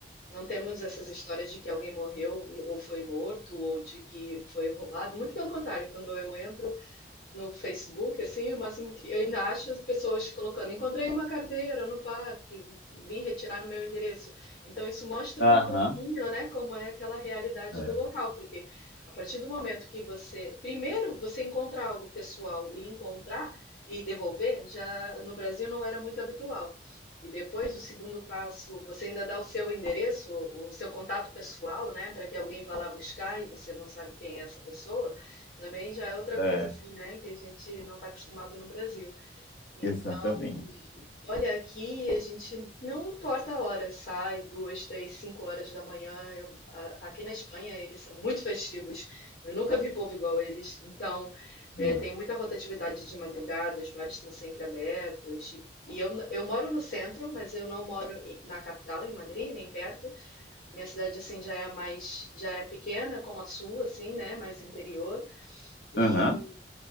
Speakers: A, on the left; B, on the left.
A: não temos essas histórias de que alguém morreu ou foi morto ou de que foi roubado. Muito pelo contrário, quando eu entro, no Facebook, assim, o máximo que eu ainda acho as pessoas colocando, encontrei uma carteira no parque, vim retirar no meu endereço. Então isso mostra
B: Aham,
A: um pouquinho, né, como é aquela realidade
B: É,
A: do local, porque a partir do momento que você, primeiro você encontra algo pessoal e encontrar e devolver, já no Brasil não era muito habitual. E depois, o segundo passo, você ainda dá o seu endereço, o seu contato pessoal, né, para que alguém vá lá buscar e você não sabe quem é essa pessoa. Também já é outra
B: é,
A: coisa assim, né, que a gente não está acostumado no Brasil. Então,
B: exatamente.
A: olha, aqui a gente não importa a hora, sai duas, três, cinco horas da manhã. Eu- a- aqui na Espanha eles são muito festivos. Eu nunca vi povo igual eles. Então, é,
B: É.
A: tem muita rotatividade de madrugada, os bares estão sempre abertos. E eu, eu moro no centro, mas eu não moro i- na capital, em Madrid, nem perto. A minha cidade assim já é mais, já é pequena como a sua, assim, né, mais interior. E
B: Aham.